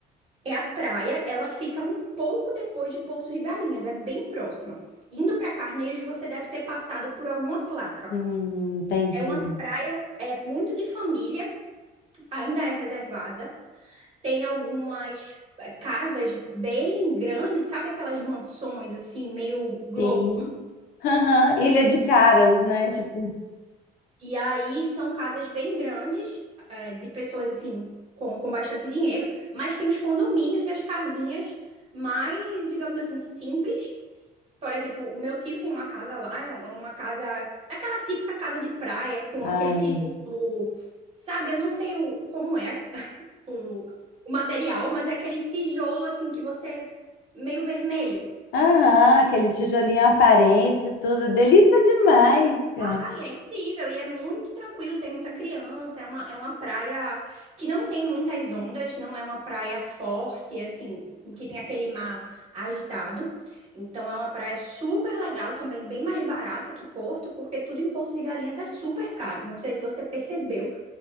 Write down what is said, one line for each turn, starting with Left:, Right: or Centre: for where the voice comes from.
Right: É a praia, ela fica um pouco depois de Porto de Galinhas, é bem próxima. Indo para Carneiro, você deve ter passado por alguma placa.
Left: Hum, entendi.
Right: É uma praia é muito de família, ainda é reservada. Tem algumas eh, casas bem grandes, sabe aquelas mansões assim, meio globo.
Left: Sim. Aham, Ilha de Caras, né? Tipo,
Right: E aí são casas bem grandes, eh, de pessoas assim com, com bastante dinheiro, mas tem os condomínios e as casinhas mais, digamos assim, simples Por exemplo, o meu tio tem uma casa lá, é uma uma casa, aquela típica casa de praia, com
Left: ai.
Right: aquele tijolo, sabe? Eu não sei o, como é o, o material, mas é aquele tijolo assim que você, meio vermelho.
Left: Aham, aquele tijolinho aparente, e tudo. Delícia demais,
Right: É,
Left: cara.
Right: Ai, é incrível e é muito tranquilo, tem muita criança, é uma, é uma praia que não tem muitas ondas, não é uma praia forte, assim, que tem aquele mar agitado. Então é uma praia super legal também, bem mais barata que Porto, porque tudo em Porto de Galinhas é super caro. Não sei se você percebeu